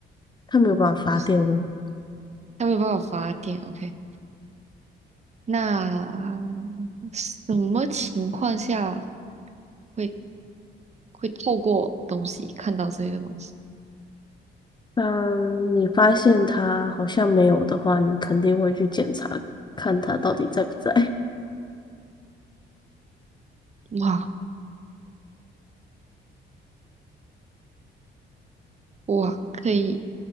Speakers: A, on the left (about 20°); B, on the right (about 35°).
A: 它没有办法发电哦。
B: 不是能，它没有办法发电。OK，那什么情况下会会透过东西看到这个东西？
A: 当你发现它好像没有的话，你肯定会去检查，看它到底在不在。<laughs>
B: 哇哇，可以